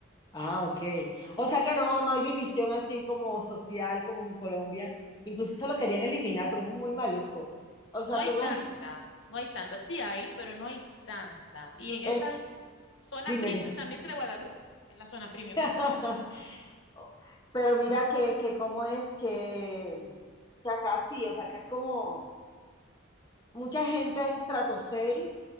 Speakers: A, on the left (about 20°); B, on the left (about 65°).
A: Ah, ok. O sea que no, no hay división así como social, como en Colombia. Incluso eso lo querían eliminar porque eso es muy maluco. O sea,
B: No hay
A: tú
B: tanta,
A: ves,
B: no hay tanta. Sí hay, pero no hay tanta. Y en
A: es-
B: esas zonas
A: dime,
B: premium
A: dime.
B: también se le va la luz, en las zonas premium
A: <laughs>
B: esas.
A: Pero mira que, que cómo es que, que acá sí, o sea, acá es como mucha gente es estrato 6